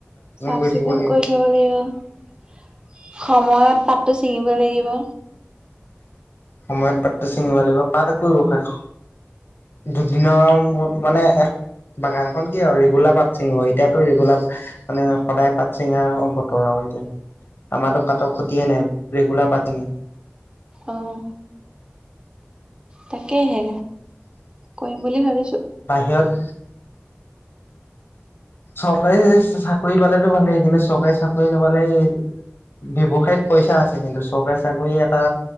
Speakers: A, on the right; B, on the left.
A: চাফ
B: কৰি
A: চিকুণ
B: থাকিব লাগিব।
A: কৰি থ'ব লাগিব সময়ত পাতটো ছিঙিব লাগিব।
B: সময়ত পাতটো চিঙিব লাগিব, পাত এক কৰিব শেষ দুদিনৰ মূৰত মানে এক বাগান খখন কি আৰু ৰিগুলা পাট সিং এতিয়াতো ৰিগুলাত মানে সদায় পাট চিঙা অ বতৰ আৰু এতিয়া। আমাৰো পাতৰ খটিয়ে নাই ৰেগুলাৰ পাতি।
A: অঁ তাকে হে কৰিম বুলি ভাবিছো।
B: বাহিৰত। চৰকাৰী চাকৰি পালো ভালেই কিন্তু চৰকাৰী চাকৰি নাপালে। ব্যৱসায়ত পইচা আছে কিন্তু চৰকাৰী চাকৰি এটা